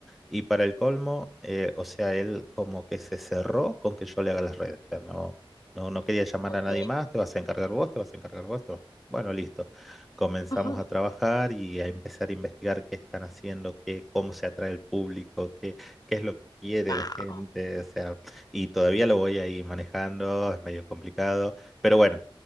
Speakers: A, in the centre; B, on the left.
A: Y para el colmo, eh, o sea, él como que se cerró con que yo le haga las redes. O sea, no, no, no quería llamar
B: ok.
A: a nadie más, te vas a encargar vos, te vas a encargar vos, te vas- Bueno, listo. Comenzamos
B: Ajá.
A: a trabajar y a empezar a investigar qué están haciendo, qué, cómo se atrae el público, qué, qué es lo que quiere
B: Wao.
A: la gente. O sea, y todavía lo voy ahí manejando, es medio complicado. Pero bueno